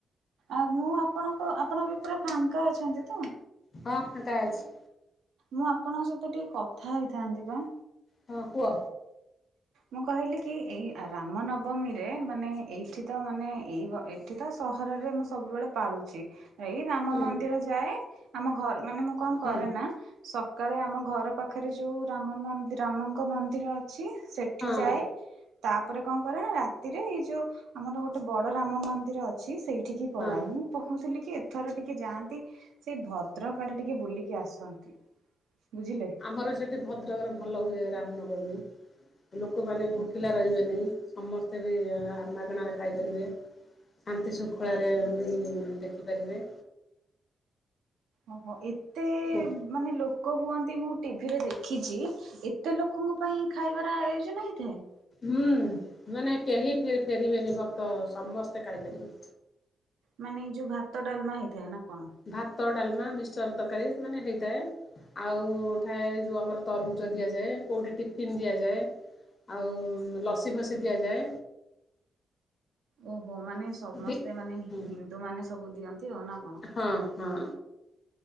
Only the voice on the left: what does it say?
ହଁ ଫାଙ୍କା ଅଛି।
ହଁ କୁଅ।
ହୁଁ
ହୁଁ
ହଁ
ହଁ
ଆମର ସେଠି ଭଦ୍ରକରେ ଭଲ ହୁଏ ରାମନବମୀ। ଲୋକମାନେ ଭୋକିଲା ରହିବେନି ସମସ୍ତେ ବି ମାଗଣାରେ ଖାଇପାରିବେ। ଶାନ୍ତି ଶୃଙ୍ଖଳାରେ ବି ଦେଖିପାରିବେ
ହୁଁ
ହୁଁ। ମାନେ କେହି ଫେରିବେନି ଭକ୍ତ ସମସ୍ତେ ଖାଇପାରିବେ।
ଭାତ ଡାଲମା ମିକଶ୍ଚର ତରକାରୀ ମାନେ ହେଇଥାଏ। ଆଉ ଥାଏ ଯଉ ଆମର ତରୁଭୁଜ ଦିଆଯାଏ, କୋଉଠି ଟିଫିନ୍ ଦିଆଯାଏ। ଆଉ ଲସି ଫସି ଦିଆଯାଏ।
ଦି
ହୁଁ
ହଁ ହଁ।